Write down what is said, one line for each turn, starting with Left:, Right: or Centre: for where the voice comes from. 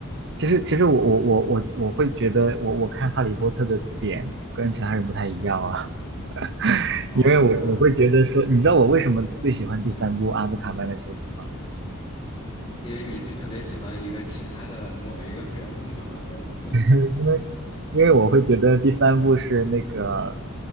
Right: 其实，其实我我我我我会觉得我，我看《哈利波特》的点跟其他人不太一样啊，<laughs>
Left: 哦，
Right: 因为我我会觉得说，
Left: 那
Right: 你知道我为什么最喜欢第三部《阿兹卡班的囚徒》吗？
Left: 因为你是特别喜欢一个其他的某一个人物吗？<laughs>
Right: <laughs> 因为因为我会觉得第三部是那个